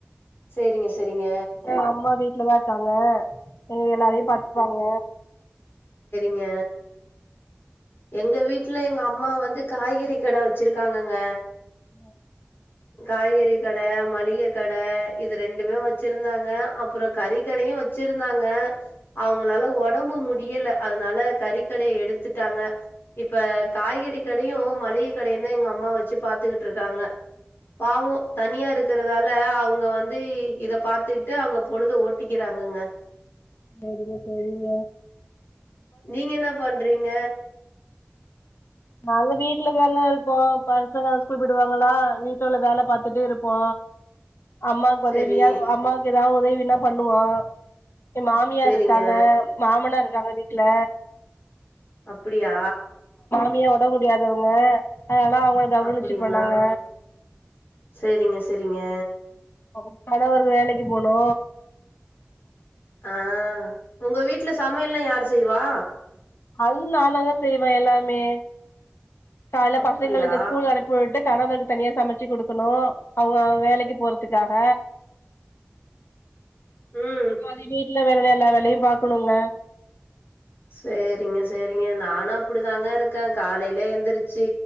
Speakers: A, on the left (about 65°); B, on the left (about 85°).
A: சேரிங்க செரிங்க
B: எங்க <unintelligible> எங்க எல்லாரையு பாத்துப்பாங்க
A: ங்க எங்க வீட்ல எங்க அம்மா வந்து காய்கறி கட வச்சிருக்காங்கங்க
B: <inaudible>
A: காய்கறி கட மளிக கட இது ரெண்டுமே வச்சிருந்தாங்க அப்ற கறிக்கடையு வச்சிருந்தாங்க அவங்களால ஒடம்பு முடியல அதனால கறிக்கடைய எடுத்துட்டாங்க இப்ப காய்கறி கடையு மளிகை கடையு தா எங்க அம்மா வச்சு பாத்துக்கிட்டுருக்காங்க பாவோ தனியா இருக்கிறதால அவங்க வந்து இத பாத்துட்டு அவங்க பொழுது ஓட்டிக்கிறாங்கங்க
B: செரிங் செரிங்க
A: நீங்க என்ன பண்றிங்க
B: நாங்க வீட்ல தாங்க இருப்போ பசங்க ஸ்கூல் போய்டுவாங்களா வீட்ல உள்ள வேலை பாத்துட்டு இருப்போ அம்மாக்கு
A: செரி
B: உதவியா அம்மாக்கு எதா ஒரு உதவினா பண்ணுவோ எ மாமியார்
A: செரிங்க
B: இருக்காங்க மாமனாரு க்காங்க வீட்ல
A: அப்புடியா
B: இல்ல ஒட முடியாதவுங்க அதனால அவுங்க கவுனிச்சு
A: அப்டிங்களா
B: போனாங்க
A: செரிங்க செரிங்க
B: ஒ கனவர் வேலக்கி போனு
A: ஆ உங்க வீட்ல சமையல்லா யாரு செய்வா
B: அது நாந்தாங்க செய்வ எல்லாமே கால்ல
A: அப்டியா
B: பசங்ளுக்கு ஸ்கூல் அனுப்பி உட்டுட் கணவரு தனியா சமச்சு குடுக்கணு அவ்ங்க வேலக்கி போறதுக்காக
A: ம்
B: அப்ற மதிமி இல்ல வேற வேல எல்லா வேலயு பாக்குணுங்க
A: சேரிங்க சேரிங்க நானு அப்புடிதாங்க இருக்க காலைல எந்துரிச்சு